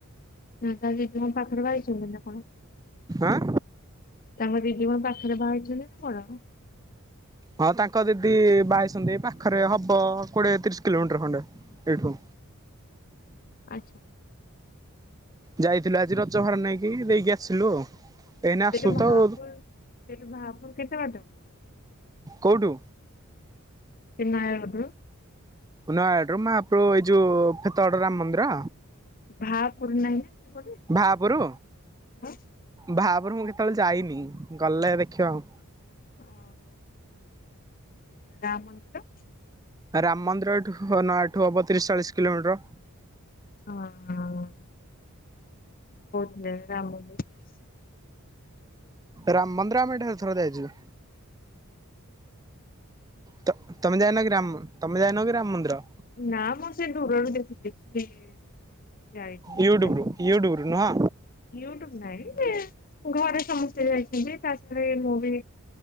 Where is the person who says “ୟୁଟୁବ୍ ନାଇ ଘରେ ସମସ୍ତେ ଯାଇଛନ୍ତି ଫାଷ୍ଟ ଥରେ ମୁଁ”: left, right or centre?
Left